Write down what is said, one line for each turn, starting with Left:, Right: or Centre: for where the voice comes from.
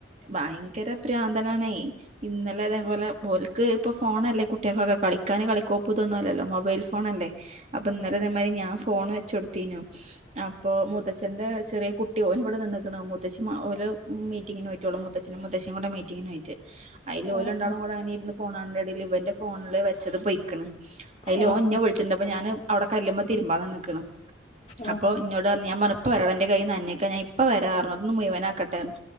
Right: ഭയങ്കര പ്രാന്തനാണേ ഇന്നലെ അതേപോലെ പോലി ക്ക്‌ ഇപ്പ ഫോണല്ലേ കുട്ടികക്കൊക്കെ കളിക്കാന് കളിക്കോപ്പുതൊന്നുവല്ലല്ലോ മൊബൈൽ ഫോണല്ലേ. അപ്പന്നലെ
Left: ആഹ്
Right: ഇതേമാരി ഞാൻ ഫോണ് വെച്ച് കൊടുത്തീനു അപ്പൊ മുത്തച്ഛന്റെ ചെറിയ കുട്ടി ഓനിവടെ നിന്നിക്കണ് മുത്തശി ഓല് മീറ്റിങ്ങിന പോയിട്ടെള്ളൂ മുത്തച്ഛനും മുത്തശ്ശികൂടെ മീറ്റിങ്ങിന് പോയിട്ട് അയില് ഓലണ്ടാളും
Left: ആഹ്
Right: കൂടെ അങ്ങനെരിന്ന് ഫോണാന്റെടേല് ഇവന്റെ ഫോണില് വെച്ചത് പോയിക്കണ്
Left: ആഹ്
Right: അയില്
Left: ആഹ്
Right: ഓൻ ന്നെ വിളിച്ചിട്ണ്ടപ്പ ഞാന് അവടെ കല്ലുമ്മ തിരുമ്പാ നിന്ന്ക്കണ്
Left: ആഹ്
Right: അപ്പോ
Left: ആഹ്
Right: ന്നോടറഞ്ഞ് ഞാൻ പറഞ്ഞ് പ്പ വരാടാ ന്റെ കയ്യ് നനഞ്ഞിക്ക ഞാൻ ഇപ്പ വരാറഞ്ഞു ഒന്ന് മുയുവനാക്കട്ടെറഞ്ഞ്